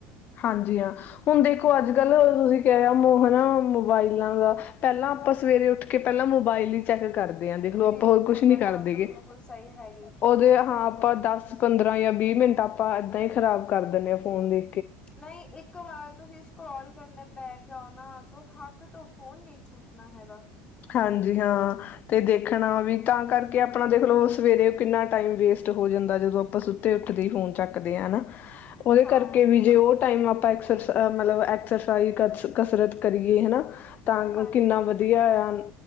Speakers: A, on the left; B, on the left.
A: ਹਾਂਜੀ ਹਾਂ ਹੁਣ ਦੇਖੋ ਅੱਜ ਕੱਲ ਅ ਤੁਸੀਂ ਕਹਿ ਮ ਨਾ ਮੋਬਾਇਲਾਂ ਦਾ ਪਹਿਲਾਂ ਆਪਾਂ ਸਵੇਰੇ ਉੱਠ ਕੇ ਪਹਿਲਾਂ ਮੋਬਾਇਲ ਹੀ ਚੈੱਕ ਕਰ। ਦੇ ਆ ਦੇਖਲੋ
B: ਬਿਲਕੁਲ
A: ਆਪਾਂ ਹੋਰ ਕੁਛ ਨੀ
B: ਇਹ ਗੱਲ
A: ਕਰਦੇਗੇ,
B: ਤਾਂ ਬਿਲਕੁਲ ਸਹੀ ਹੈਗੀ।
A: ਉਹਦੇ ਹਾਂ। ਆਪਾਂ ਦਸ ਪੰਦਰਾਂ ਜਾਂ ਵੀਹ ਮਿੰਟ ਆਪਾਂ ਏਦਾਂ ਹੀ ਖ਼ਰਾਬ ਕਰ ਦੀਨੇ ਆ ਫੋਨ ਦੇ।
B: ਨਈ ਇੱਕ ਵਾਰ ਤੁਸੀਂ ਸਕਰੋਲ ਕੋਈ ਨਾ ਬੈਠ ਜਾਉ ਨਾ ਤੋਂ ਹੱਕ ਤੋਂ ਫੋਨ ਨੀ ਛੁੱਟਣਾ ਹੈਗਾ।
A: ਹਾਂਜੀ ਹਾਂ ਤੇ ਦੇਖਣਾ ਵੀ ਤਾਂ ਕਰਕੇ ਆਪਣਾ ਦੇਖ ਲੋ ਸਵੇਰੇ ਕਿੰਨਾ ਟਾਈਮ ਵੇਸਟ ਹੋ ਜਾਂਦਾ ।ਜਦੋਂ ਆਪਾਂ ਸੁਤ ਤੇ ਉੱਠਦੇ ਈ ਫੋਨ ਚੱਕਦੇ ਆ ਨਾ ਉਹਦੇ
B: ਹਾਂ
A: ਕਰਕੇ ਵੀ ਜੇ ਉਹ ਟਾਇਮ ਨੂੰ ਆਪਾਂ ਐਕਸਰ ਸ ਅਮ ਮਲਬ ਐ ਐਕਸਾਈਜ ਕਤਸ ਕਸਰਤ ਕਰੀਏ ਹਨਾ। ਤਾਂ
B: ਹਾਂਜੀ
A: ਗ ਕਿੰਨਾ ਵਧੀਆ ਆ।